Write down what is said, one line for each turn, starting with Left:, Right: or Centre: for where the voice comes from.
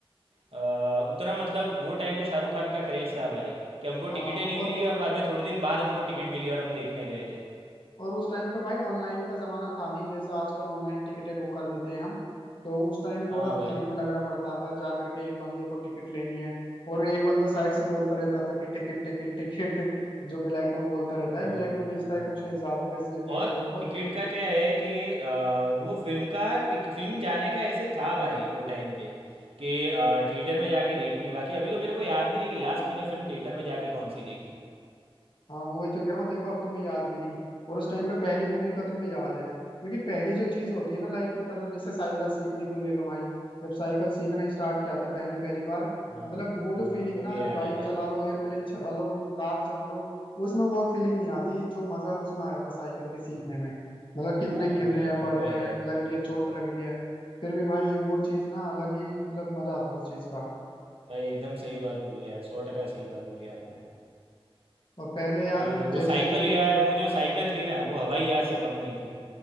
Right: अ, उतना मतलब वो टाइम पे शाहरुख खान का क्रेज था भाई कि हमको
Left: हाँ
Right: टिकटें नहीं
Left: और
Right: मिली और बाद में थोड़े दिन बाद हमको टिकट मिली और हम देखने गए थे
Left: और उस टाइम पे भाई ऑनलाइन का जमाना था नहीं जैसे आजकल ऑनलाइन टिकटें बुक कर देते हैं हम तो उस टाइम थोड़ा
Right: हाँ भाई
Left: लाइन में लगना पड़ता था जा करके एक बंदे को टिकट लेनी है और एक बंदा साइड से बोलता रहता था कि टिकट टिकट टिकट जो ब्लैक में बोलता रहता
Right: हाँ
Left: है
Right: हाँ
Left: ब्लैक में बेचता है कुछ
Right: भाई
Left: ज्यादा पैसे लेता
Right: और
Left: है थोड़े बहुत
Right: टिकट का क्या है कि अ, वो फिल्म का टिक, फिल्म जाने का ऐसे था भाई वो टाइम पे कि थिएटर में जाके देखनी है बाकी अभी तो मेरे को याद भी नहीं कि लास्ट मैंने फिल्म थिएटर में जाके कौन सी देखी
Left: हाँ मैं वही तो कह रहा हूँ देखो अब तुम्हें याद भी नहीं और उस टाइम पे पहली मूवी का तुम्हें याद है क्योंकि पहली जो चीज होती है ना लाइफ में करना जैसे साइकिल सीखनी कोई ले लो भाई जब साइकिल सीखना स्टार्ट किया था पहली पहली बार
Right: हाँ
Left: मतलब वो जो
Right: हाँ
Left: फीलिंग
Right: वो
Left: है ना
Right: भी
Left: आज
Right: याद
Left: बाइक
Right: है भाई
Left: चला लो एयरप्लेन चला लो कार चला लो उसमें वो फीलिंग नहीं आती जो मजा उसमें आया था साइकिल के सीखने
Right: हम्म,
Left: में मतलब कितने
Right: हाँ
Left: गिर
Right: भाई
Left: रहे हैं
Right: वो
Left: पड़ रहे
Right: तो
Left: हैं
Right: है
Left: लग
Right: वो तो
Left: रही है
Right: है
Left: चोट लग रही है फिर भी भाई वो चीज ना अलग ही मतलब मजा था उस चीज का
Right: भाई एकदम सही बात बोली यार सौ टका सही बात बोली आपने
Left: और पहले यार
Right: कि वो
Left: जैसे
Right: साइकिल
Left: जो
Right: यार
Left: भी
Right: वो जो साइकिल थी ना वो हवाई जहाज से कम नहीं थी